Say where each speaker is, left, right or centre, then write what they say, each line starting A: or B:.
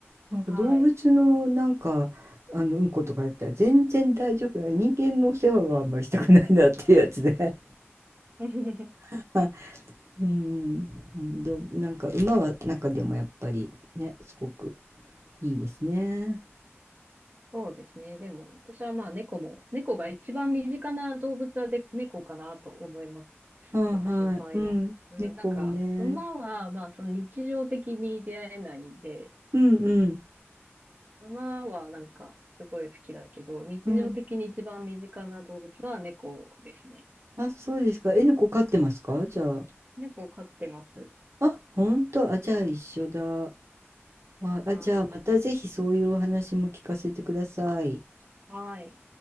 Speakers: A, on the right (about 75°); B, on the right (about 40°).
A: なんか動物のなんかあのうんことかだったら全然大丈夫な人間のお世話はあんまりしたくないなっていうやつで
B: はい。<laughs>
A: <laughs> うん、<laughs> うんどうなんか馬は中でもやっぱりねすごくいいですね
B: そうですね。でも、私はまあ猫も、猫が一番身近な動物はで猫かなと思います。
A: はいはいうん猫もね
B: 私の場合は。うん、なんか、馬はまあその日常的に出会えないんで、
A: うんうん
B: 馬はなんかすごい好きだけど、日常的に一番身近な動物は猫ですね。
A: うんあそうですかえ猫飼ってますかじゃあ
B: うん、猫を飼ってます。
A: あ本当あじゃあ一緒だあ、あじゃあまたぜひそういうお話も聞かせてください
B: はい。はい。